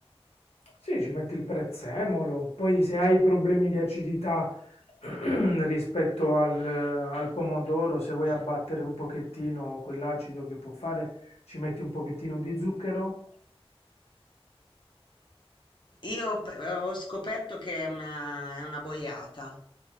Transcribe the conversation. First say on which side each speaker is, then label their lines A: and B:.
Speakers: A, on the left (about 80°); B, on the left (about 50°).
A: Sì, ci metti il prezzemolo, poi se hai problemi di acidità <clears throat> rispetto al, al pomodoro, se vuoi
B: eh.
A: abbattere un pochettino quell'acido che può fare, ci metti un pochettino di zucchero.
B: Io pe- ho scoperto che è una, è una boiata,